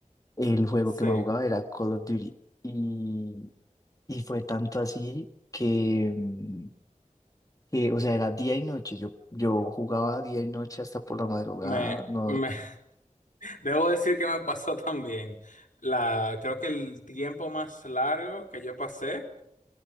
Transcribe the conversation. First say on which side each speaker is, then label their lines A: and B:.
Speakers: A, on the left; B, on the left.
A: el juego
B: sí,
A: que más jugaba era Call of Duty. Y, y fue tanto así que, mm, que, o sea, era día y noche. Yo, yo jugaba día y noche hasta por la madrugada.
B: me,
A: No,
B: me, <laughs> debo decir que me pasó también. La, creo que el tiempo más largo que yo pasé.